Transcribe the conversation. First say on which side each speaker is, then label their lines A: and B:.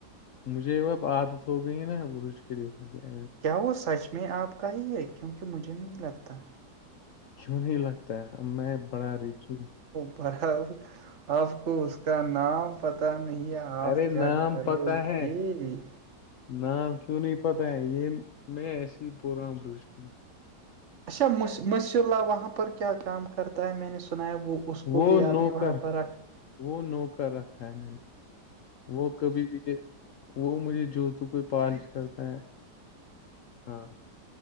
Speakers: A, on the left; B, on the right.
A: مجھے وہ اب عادت ہو گئی نا رجکلی ہو گیا
B: کیا وہ سچ میں آپ کا ہی ہے کیونکہ مجھے نہیں لگتا
A: کیوں نہیں لگتا ہے اب میں بڑا ریچ
B: پر اب آپ کو اس کا نام پتا نہیں آ آپ
A: ارے
B: کیا
A: نام
B: کرو
A: پتا ہے
B: گی
A: نام کیو نہ ہی پتہ ہے یہم میں ای پوگر عام رج کرری
B: اچھا مس اللہ وہاں پر کیا کام کرتا ہے میں نے سنا ہے وہ اس کو
A: وہ
B: بھی
A: نوکر
B: آپ نے وہاں پر رکھا
A: وہ نوکر رکھا ہے میں نے وہ کبھی بھی وہ مجھے جوتوں کوئی پالش کرتا ہے ہاں